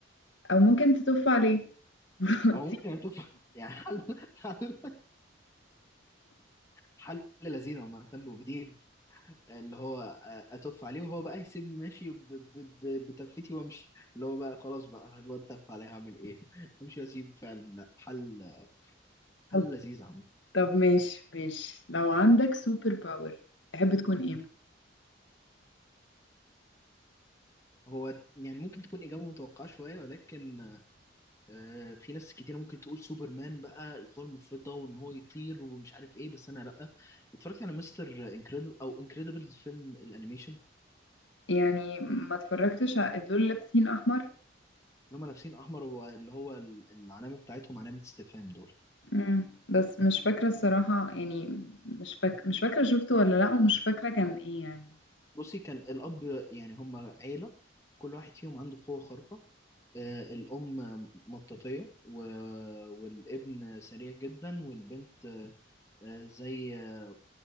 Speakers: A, on the left (about 65°); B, on the left (about 15°).
A: او ممكن تطف عليه <laughs> وتسيب
B: او ممكن تفهم يعني حل حل حل لذيذ عامة وجديد اللي هو آه، اتف عليه وهو بقى يسيبني ماشي ب- ب- ب- بتفتي وامشي اللي هو بقى خلاص بقى الواد تف عليه هعمل ايه امشي واسيبه فعلا لا حل حل
A: طب
B: لذيذ عم
A: طب ماشي ماشي لو عندك سوبر باور تحب تكون ايه
B: هو يعني ممكن تكون اجابه متوقعه شويه ولكن آه، في ناس كتيره ممكن تقول سوبرمان بقى القوه المفرطه وان هو يطير ومش عارف ايه بس انا لا اتفرجت على مستر انكريدبل او انكريدبل فيلم الانيميشن
A: يعني ما اتفرجتش على دول لابسين احمر
B: اللي هم لابسين احمر واللي هو ال- العلامه بتاعتهم علامه استفهام دول
A: مم. بس مش فاكره الصراحه يعني مش فاك... مش فاكره شفته ولا لا ومش فاكره كان ايه يعني
B: بصي كان الأب يعني هم عيلة كل واحد فيهم عنده قوة خارقة آه، الأم مطاطية و... والابن سريع جدا والبنت آه، آه، زي آه،